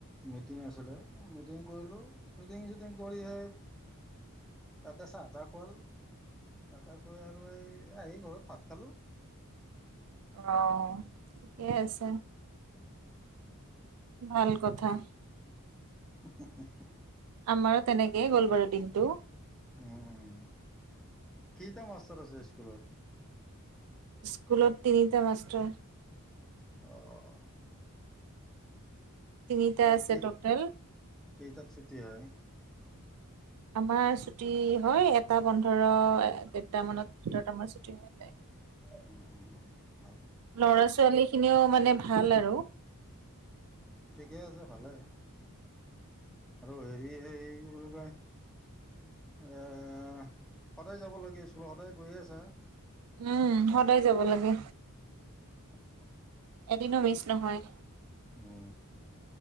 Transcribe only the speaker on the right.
অ ', ঠিকেই আছে। ভাল কথা।
আমাৰো তেনেকেই গ'লবাৰৰ দিনতটো।
স্কুলত তিনিটা মাষ্টাৰ
তিনিটা আছে
টোটেল।
আমাৰ ছুটি হয় এটা পোন্ধৰ দেৰটা মানত দুটাত আমাৰ চু টি হৈ যায়
ল'ৰা ছোৱালী খিনিও মানে ভাল আৰু
উম সদায় যাব লাগে।
এদিনো মিচ নহয়